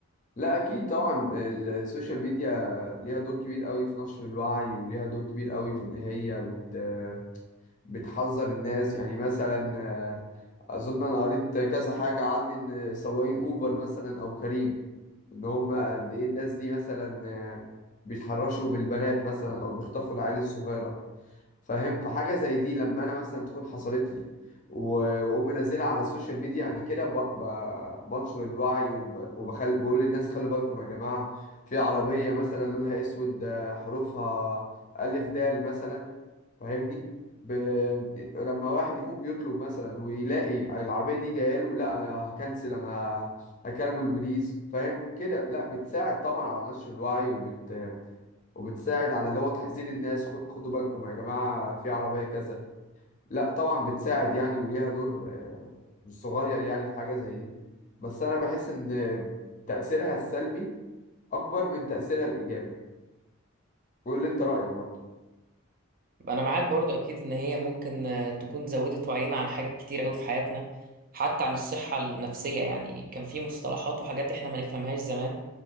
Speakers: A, on the left (about 35°); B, on the right (about 45°).
A: لا اكيد طبعا السوشيال ميديا ليها دور كبير قوي في نشر الوعي وليها دور كبير قوي في ان هي بت بتحذر الناس يعني مثلا آه، اظن انا قريت كذا حاجة عن ان سواقين اوبر مثلا او كريم ان هم قد ايه الناس دي مثلا آه، بيتحرشوا بالبنات مثلا او بيخطفوا العيال الصغيرة فاهم فحاجه زي دي لما انا مثلا تكون حصلت لي و- واقوم منزلها على السوشيال ميديا انا كده ب... ب... بنشر الوعي وب... وبخل... بقول للناس خلوا بالكم يا جماعه في عربيه مثلا لونها اسود آه، حروفها الف دال مثلا فاهمني ب... لما واحد يكون بيطلب مثلا ويلاقي العربيه دي جايه له لا انا هكنسل انا هكلم البوليس فاهم كده لا بتساعد طبعا على نشر الوعي وبت وبتساعد على اللي هو تحذير الناس خد- خدوا بالكم يا جماعة في عربية كذا لا طبعا بتساعد يعني وليها دور آه، مش صغير يعني في حاجة زي دي بس أنا بحس إن تأثيرها السلبي أكبر من تأثيرها الإيجابي قول لي أنت رأيك برضه
B: انا معاك برضو اكيد ان هي ممكن آه، تكون زودت وعينا عن حاجات كتير قوي في حياتنا حتى عن الصحة النفسية يعني كان في مصطلحات وحاجات احنا ما نفهمهاش زمان